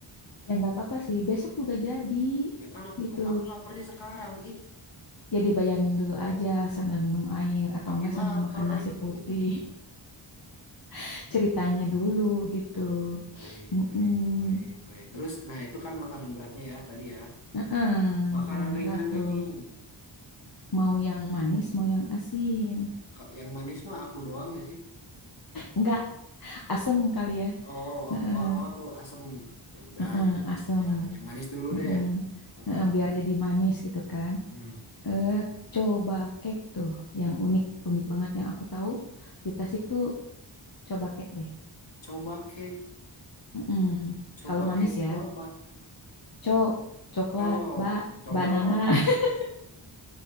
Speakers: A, on the left; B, on the left.
A: Ya nggak apa-apa sih. Besok juga jadi
B: Ya kan aku
A: gitu.
B: aku laparnya sekarang. Ih,
A: ya dibayangin dulu aja sambil minum air atau
B: makin
A: enggak sambil
B: lapar.
A: makan nasi
B: <laughs>
A: putih <laughs> ceritanya dulu gitu
B: Oh iya, baik,
A: Mm-mm.
B: baik, baik, baik. Terus nah itu kan makanan beratnya ya tadi ya.
A: Mm-mm.
B: Makanan
A: makanan
B: ringannya
A: berat tuh
B: nih.
A: mau yang manis mau yang asin
B: Ka- Yang manis mah aku doang gak sih?
A: enggak asem kali ya
B: Oh, oh,
A: Mm-mm.
B: oh, oh, oh, aku asem. Ya udah,
A: Mm-mm,
B: yang manis
A: asem
B: aja. Yang manis dulu
A: Mm-mm.
B: deh. Apa?
A: Mm-mm, biar jadi manis gitu kan
B: Hmm.
A: eh coba cake tuh yang unik unik banget yang aku tahu di Tasik tuh coba cake deh
B: Coba cake.
A: Mm-mm.
B: Coba
A: kalau manis
B: cake
A: ya
B: itu apa?
A: Cok, coklat,
B: Co,
A: bak,
B: combro.
A: banana. <laughs>